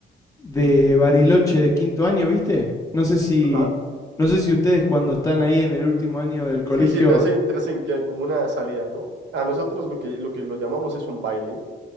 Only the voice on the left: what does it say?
de Bariloche de quinto año, ¿viste? No sé si,
no sé si ustedes cuando están ahí en el último año del colegio...